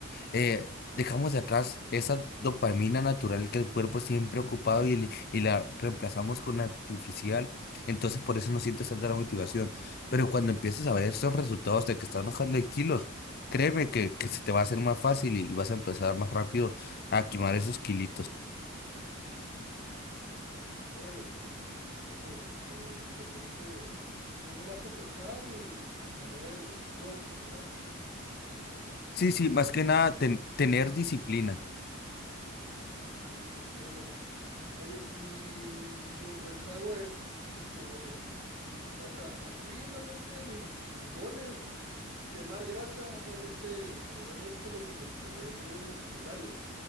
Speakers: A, on the left; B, on the right.
A: eh, dejamos de atrás esa dopamina natural que el cuerpo siempre ha ocupado y, le- y la reemplazamos con artificial. Entonces por eso no sientes tanta la motivación. Pero cuando empieces a ver esos resultados de que estás bajando de kilos, créeme que, que se te va a hacer más fácil y vas a empezar más rápido a quemar esos kilitos.
B: Órale, no, pues, eh, como quien dice, es nomás empezar y agarrar el, el flow, ¿verdad?
A: Sí, sí, más
B: Me- s-
A: que nada ten- tener disciplina.
B: disciplina. Oye, y mientras hago e- esto, eh, o sea, aquí realmente mi, mi gol es quemar grasa, realmente generar músculo como que es algo muy secundario.